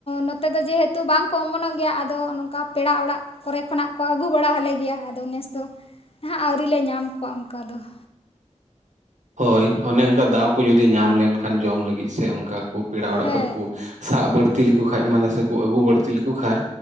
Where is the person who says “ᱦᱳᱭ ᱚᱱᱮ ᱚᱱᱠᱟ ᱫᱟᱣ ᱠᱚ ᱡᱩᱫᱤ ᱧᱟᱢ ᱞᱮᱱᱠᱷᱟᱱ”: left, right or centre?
Right